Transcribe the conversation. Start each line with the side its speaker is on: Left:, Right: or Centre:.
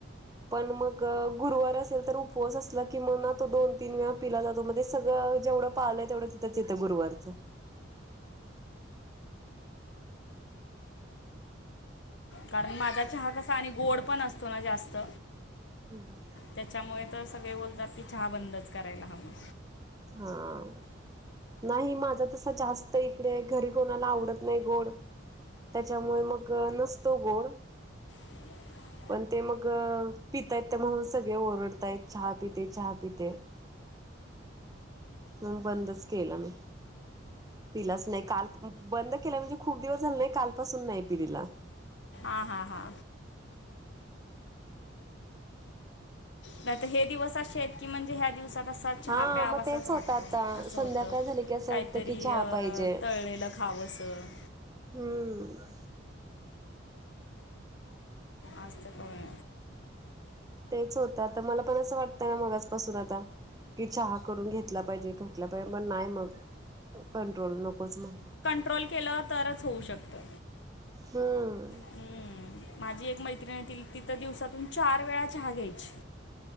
Right: पण मग गुरुवार असेल तर उपवास असला कि, म ना तो दोन तीन वेळा पिला जातो. म सगळं जेवढं पाळलंय तेवढं तथंच येतं. गुरुवार च.
Left: कारण माझा चहा कसा. आणि गोड पण असतो ना जास्त.
Right: हम्म हम्म.
Left: त्याच्यामुळे त. सगळे बोलतात की, चहा बंदच करायला हवा.
Right: हां. नाही, माझा तस जास्त इकडे, घरी कोणाला आवडत नाही गोड. त्याच्यामुळे मग नसत गोड.
Left: हा <inaudible>
Right: पण ते मग पितायेत त्या म्हणून सगळे ओरडतायत चहा पिते चहा पिते. मंग बंदच केलं मी. पिलाच नाही काल बंद केला म्हणजे, खूप दिवस झाला नाही काल पासून नाही पिलेला.
Left: आ हा हा. नाही त हे दिवस अशेत की म्हणजे ह्या दिवसात. तसा चहा
Right: हा
Left: प्यावासाच
Right: मग तेच
Left: वाटतोय
Right: होतं आता
Left: असं
Right: संध्याकाळ
Left: होतं
Right: झाली की असं
Left: काहीतरी
Right: वाटतं की चहा
Left: अ
Right: पाहिजे.
Left: तळलेलं. खावंसं.
Right: हम्म.
Left: आजत <unintelligible> कर
Right: तेच होतं तर मला पण असं वाटतं ना मगच. <unintelligible> पासून आता कि चहा करून घेतला पाहिजे घटला पाहिजे मण नाही मग. <unintelligible> कंट्रोल नकोच म्हण.
Left: ट्रोल केलं तरच होऊ शकतं.
Right: हम्म.
Left: हम्म माझी एक मैत्रिणी तल तिथ दिवसातून चार वेळा चहा घ्यायची.